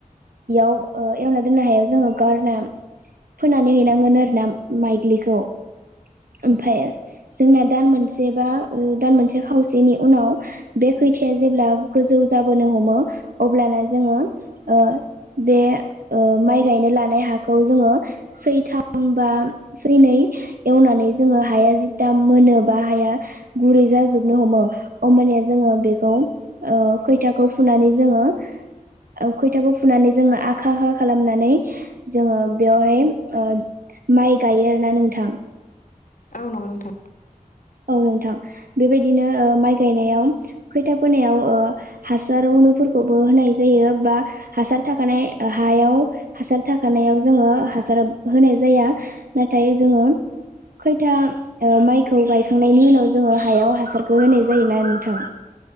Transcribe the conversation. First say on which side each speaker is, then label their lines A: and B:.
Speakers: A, on the right; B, on the left.
A: बेयाव ओ एवना दोननाय हायाव जोङो गारना फोनानै हैनांगोन ओरोना माइग्लिखौ ओमफाय जोंना दान मोनसे बा ओ दान मोनसे खावसेनि उनाव बे खैथाया जेब्ला गोजौ जाबोनो हमो अब्लाना जोङो ओ बे ओ माइ गायनो लानाय हाखौ जोङो सैथाम बा सैनै एवनानै जोङो हाया जिथाम मोनोबा हाया गुरै जाजोब नो हमो होमबानिया जोङो बेखौ ओ खैथाखौ फुनानै जोङो औ खयथाखौ फुनानै जोङो आखा आखा खालामनानै जोङो बेवहाय ओ माइ गायो आरोना नोंथां
B: औ नंगौ नोंथां
A: औ नोंथां बेबायदिनो माइ गायनायाव खैथा फोनायाव ओ हासार उनुफोरखौबो होनाय जायो बा हासार थाखानाय हायाव हासार थाखानायाव जोङो हासार होनाय जाया नाथाय जोङो खैथा ओ माइखौ गायखांनायनि उनाव जोङो हायाव हासारखौ होनाय जायोना नोंथां